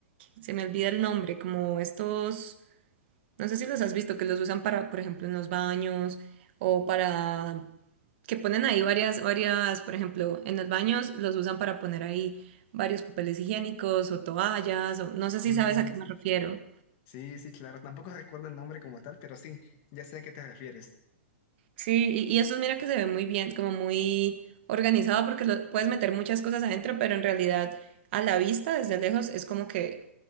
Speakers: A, on the right; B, on the left.
A: se me olvida el nombre, como estos no sé si los has visto, que los usan para, por ejemplo, en los baños o para que ponen ahí varias, varias, por ejemplo, en los baños los usan para poner ahí varios papeles higiénicos o toallas, o no sé si
B: Mm,
A: sabes a qué me refiero.
B: sí, sí, claro. Tampoco recuerdo el nombre como tal, pero sí, ya sé a qué te refieres.
A: Sí, y, y eso mira que se ve muy bien, como muy organizado porque lo, puedes meter muchas cosas adentro, pero en realidad a la vista, desde lejos, es como que